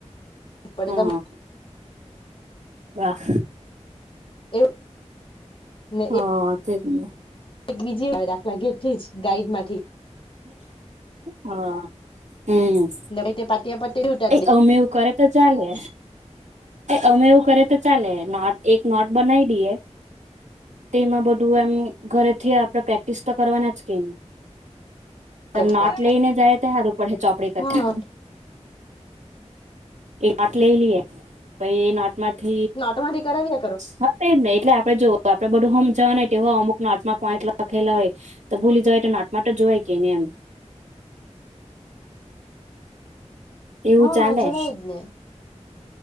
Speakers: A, on the left (about 45°); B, on the right (about 85°).
A: પડદાં
B: હા
A: મ
B: વાહ!
A: એવું <unintelligible>
B: હ તે જ ને.
A: એક બીજી વા દાખલા ઘેરથી જ ગાઈડમાંથી.
B: હા, હમ્મ.
A: નવી તે પાત <unintelligible>
B: એ અમે એવું કરે તો ચાલે. અમે એવું કરે તો ચાલે નોટ એક નોટ બનાવી દઈએ તેમાં બધું એમ ઘરેથી આપડે પ્રેક્ટિસ તો કરવાના જ કે. તે
A: કરતા
B: નોટ લઈને જાય તો હારુ પડે ચોપડી કરતા.
A: હા
B: એ નાટ લઈ લઈએ પાઈ એ નાટ માંથી
A: નોટમાંંધથી કરાવીએ.
B: હા તો એજ ને એટલે આપડે જો આપડે બધું હમજાવા તે હો અમુક નોટમાં પોઇન્ટ લખેલા હોય તો ભૂલી જવાય તો નોટમાંટ જોય કેની એમ. એવું
A: હા
B: ચાલે.
A: જવાય જ ને